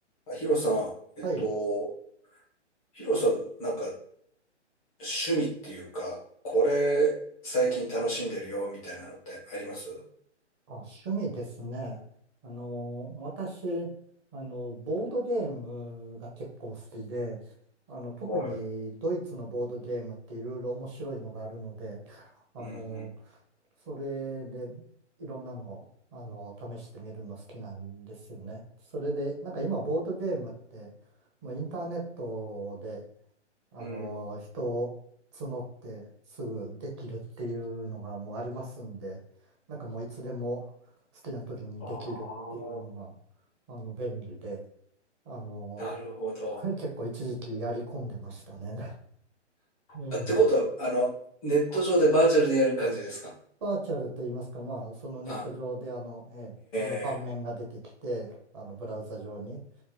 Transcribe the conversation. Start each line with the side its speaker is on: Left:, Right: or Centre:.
Centre: あヒロさん、えっと、
Right: はい。
Centre: ヒロさん、なんか趣味っていうか、これ最近楽しんでるよみたいなのってあります
Right: あ、趣味ですね。あの、私、あの、ボードゲームが結構好きで、あの、特にドイツのボードゲームっていろいろ面白いのがあるので、
Centre: はい。
Right: あの、
Centre: うんうん。
Right: それでいろんなの、あの、試してみるの好きなんですよね。それで、なんか今ボードゲームって、もうインターネットであの、
Centre: うん。
Right: 人を募ってすぐできるっていうのがもうありますんで、なんかもういつでも好きな時にできるっていうのが、
Centre: ああ、
Right: あの、便利で、あの、
Centre: なるほど。
Right: <laughs> 結構一時期やり込んでましたね。<laughs> うん。
Centre: あ、ってことは、あの、ネット上でバーチャルでやる感じですか
Right: バーチャルと言いますか、まあ、そのネット上であの、
Centre: あ、
Right: ええ、あの盤面が出てきて、
Centre: ええ
Right: あのブラウザ上に、